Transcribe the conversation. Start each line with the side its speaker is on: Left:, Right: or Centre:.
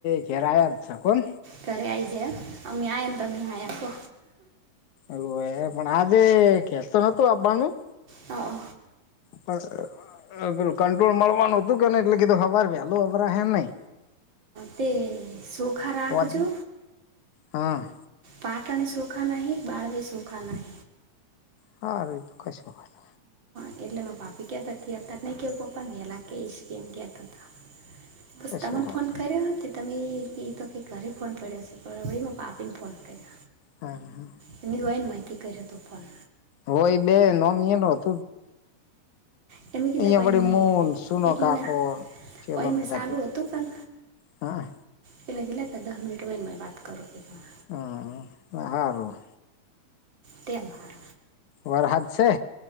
Left: ઘેર જ છે કોણ?
Right: ઘરે આઈ ગયા એમ? અમે આયાને તમે આયા કો.
Left: હવે પણ આજે કેતો નતું આવવાનું?
Right: હા.
Left: પસ પેલુ કંટ્રોલ મળવાનું હતું કે ને એટલે કીધું સવારે વહેલું હભરા હે નઈ.
Right: તે ચોખા રાખજો
Left: હોત હા.
Right: પાટણ સોખાન બાળવે સુખા નહી
Left: સારુંએ તો કસો વાંધો નહીં.
Right: હ એટલે મા ભાભી કયા ત ક હતા નહી કેવું પપ્પાને કેસ કે એમ કયા કાસ
Left: કશો
Right: તમન
Left: વાંધો
Right: ફોન કર્યો તે તમે એ તો કે ઘરે ફોન પડ્યો છે પર વળી મા પાપીને ફોન કર્યો
Left: હા હા.
Right: તમે દવાન માહિતી કર્યો તો ફોન.
Left: હોય બે નોમિ ન હતો
Right: હ એમ કેધ
Left: અહિયાં
Right: બનમવળવી
Left: વળી મુન સુનો
Right: એટલેના
Left: કાકો ચેલોન
Right: ઓમે
Left: બધા
Right: સામેલ
Left: કેવા
Right: હો હતું પણ
Left: હા.
Right: ચલે જ તો દસ મિટ વનનેમાં વાત કરો કે તું
Left: હ સારું
Right: તેમાં
Left: વર હાદશે?